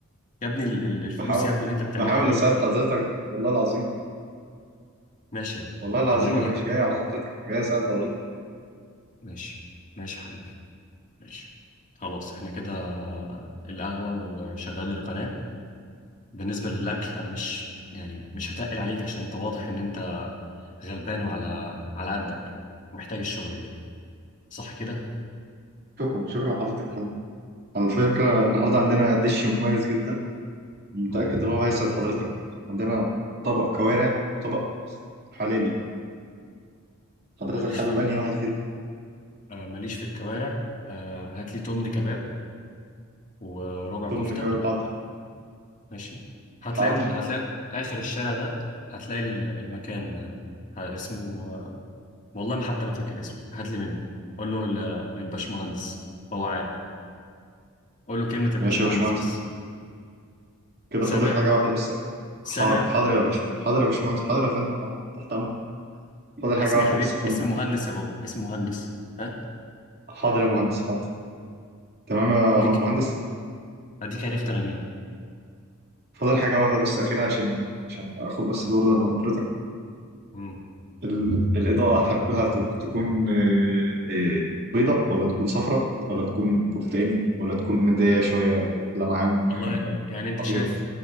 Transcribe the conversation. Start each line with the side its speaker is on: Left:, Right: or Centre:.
Left: يا ابني ال- ال- الفلوس
Right: بحاول
Left: يا ابني اللي انت بتعملها
Right: بحاول
Left: دي
Right: اساعد حضرتك والله العظيم
Left: ماشي يا ابني
Right: والله العظيم
Left: طب انا اقول
Right: انا
Left: لك
Right: مش جاي على حضرتك انا جاي اساعد حضرتك
Left: ماشي ماشي يا حبيبي ماشي خلاص احنا كده القهوة وشغال القناة بالنسبة للأكل أنا مش يعني مش هتقل عليك عشان أنت واضح إن أنت غلبان وعلى على قدك ومحتاج الشغل دي صح كده؟
Right: شكرا شكرا لحضرتك يا فندم. على فكره النهارده عندنا دش مميز جدا متاكد
Left: مم.
Right: ان هو هيسعد حضرتك عندنا طبق كوارع طبق حلالي حضرتك
Left: آه، ماليش
Right: حابب
Left: في ال-
Right: انهي واحد فيهم
Left: آه، ماليش في الكوارع آه، هات لي تمن كباب وربع
Right: ضمن
Left: كفتة
Right: كباب حاضر
Left: ماشي هتلاقيهم
Right: حاضر
Left: هتلاقي آخر الشارع ده هتلاقي ال- المكان آه، ه- اسمه آه، والله ما حتى ما فاكر اسمه هات لي منه قول له ل- للبشمهندس هو عارف قول له كلمة البشمهندس
Right: ماشي يا باشمهندس
Left: بس
Right: كده
Left: سامع
Right: فاضل حاجه واحده بس
Left: سامع
Right: حاضر حاضر يا باشا حاضر يا باشمهندس حاضر يا فندم حاضر. تحت امر فاضل
Left: اسمي
Right: حاجه واحده
Left: يا حبيب
Right: بس يا فندم
Left: اسمي مهندس يا بابا اسمي مهندس ها
Right: حاضر يا مهندس حاضر تمام يا
Left: اديك
Right: مهندس
Left: اديك عرفت انا مين
Right: فاضل حاجة واحدة بس أخيرة عشان عشان آخد بس الأوردر من حضرتك
Left: مم.
Right: ال- الإضاءة أحبها تب- تكون آه، آه، بيضاء ولا تكون صفراء ولا تكون برتقاني ولا تكون مدية شوية لمعان
Left: والله
Right: آه،
Left: يعني انت
Right: أبيض
Left: شايف